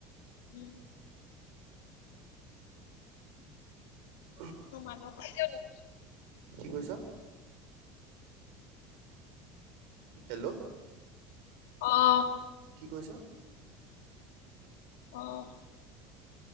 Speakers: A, on the left (about 90°); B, on the right (about 75°).
A: মই
B: <inaudible> <inaudible>
A: <unintelligible>
B: কি কৈছা? হেল্ল',
A: অহ',
B: কি কৈছা?
A: অহ',